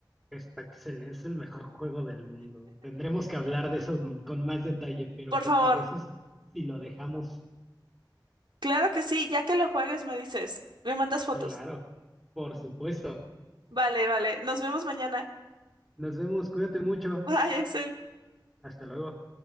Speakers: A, in the centre; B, on the right (about 75°).
A: Está excelente, es el mejor juego del mundo. Tendremos que hablar de eso con más detalle, pero
B: Por
A: ¿te
B: favor,
A: parece si lo dejamos
B: Claro que sí, ya que lo juegues me dices, me mandas fotos.
A: claro? Por supuesto.
B: Vale, vale, nos vemos mañana.
A: Nos vemos, cuídate mucho.
B: Bye, Axel.
A: Hasta luego.